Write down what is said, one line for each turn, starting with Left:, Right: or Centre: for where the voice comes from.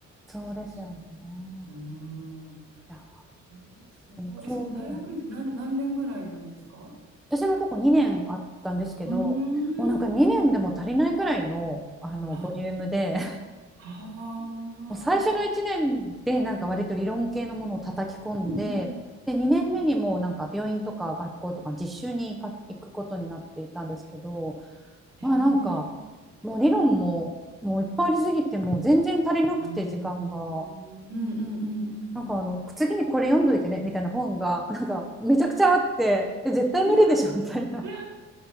Centre: そうですよね。
Right: そうそう。うーん。
Centre: いや、
Right: いやー、すごい。
Centre: でもそう思う。
Right: え、その大学院って何、何年ぐらいなんですか
Centre: 私のとこ2年あったんですけど、
Right: うーん。
Centre: もうなんか2年でも足りないぐらいの、
Right: うん。
Centre: あのボリュームで
Right: ああ。
Centre: もう最初の1年でなんか割と理論系のものを叩き込んで、
Right: あーうんうんうん
Centre: で2年目にもうなんか病院とか学校とか実習に行か行くことになっていたんですけど、
Right: あへーへ
Centre: まあなんかもう理論ももういっぱいありすぎてもう全然足りなくて時間が。
Right: ーうーん。うんうんうんうんう
Centre: なんかあの次にこれ読んどいてねみたいな本が
Right: ん
Centre: <laughs> なんかめちゃくちゃあって絶対無理でしょみたいな
Right: うん。いやー、いや